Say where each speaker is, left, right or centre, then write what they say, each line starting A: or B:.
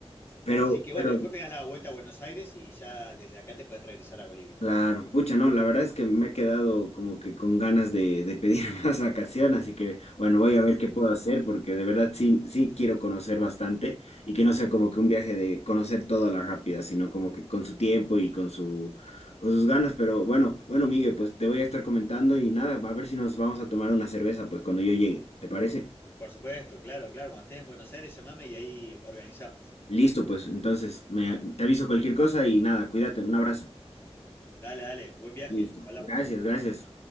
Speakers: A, on the left; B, on the left.
A: Así
B: Pero,
A: que bueno,
B: pero,
A: después pegás la vuelta a Buenos Aires y ya desde acá te podés regresar a Bolivia.
B: claro, pucha, no, la verdad es que me he quedado como que con ganas de, de pedir <laughs> más vacaciones, así que, bueno, voy a ver qué puedo hacer, porque de verdad sí, sí quiero conocer bastante y que no sea como que un viaje de conocer todo a la rápida, sino como que con su tiempo y con su, con sus ganas. Pero bueno, bueno, Miguel, pues te voy a estar comentando y nada, a ver si nos vamos a tomar una cerveza, pues cuando yo llegue, ¿te parece?
A: Por supuesto, claro, claro. Cuando estés en Buenos Aires, llamame y ahí organizamos.
B: Listo, pues, entonces, me, te aviso cualquier cosa y nada, cuídate, un abrazo.
A: Dale, dale. Buen viaje.
B: Listo.
A: Hablamos.
B: Gracias, gracias.